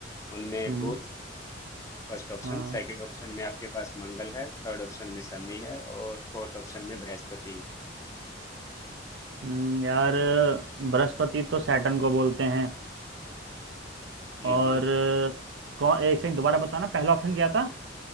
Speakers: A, on the left; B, on the right.
A: उनमें
B: हम्म
A: Budh first option
B: हाँ
A: second option में आपके पास मंगल है थर्ड ऑप्शन में शनि है और फोर्थ ऑप्शन में बृहस्पति है
B: हम्म, यार बृहस्पति तो सैटर्न को बोलते हैं
A: हम्म
B: और
A: हम्म।
B: कौन एक सेकंड दोबारा बताना पहला ऑप्शन क्या था